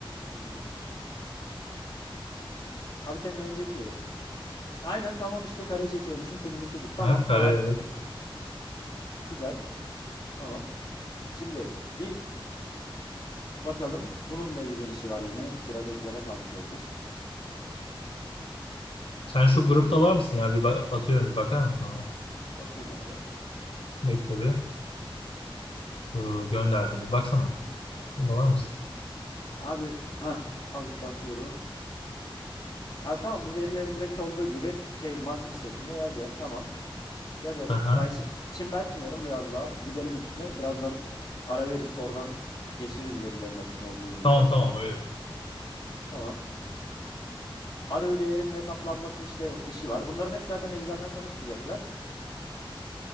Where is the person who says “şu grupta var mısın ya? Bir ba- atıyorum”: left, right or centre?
Left